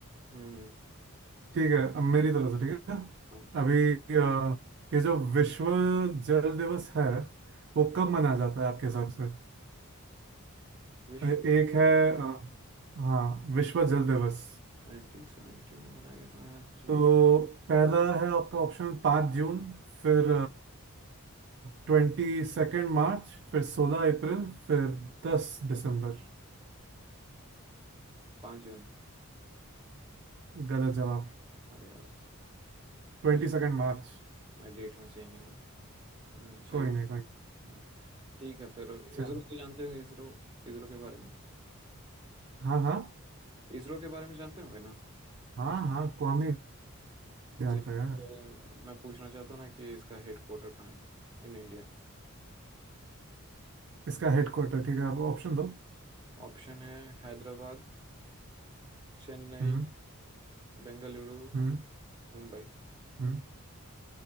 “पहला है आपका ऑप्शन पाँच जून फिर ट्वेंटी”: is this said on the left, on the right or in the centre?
Right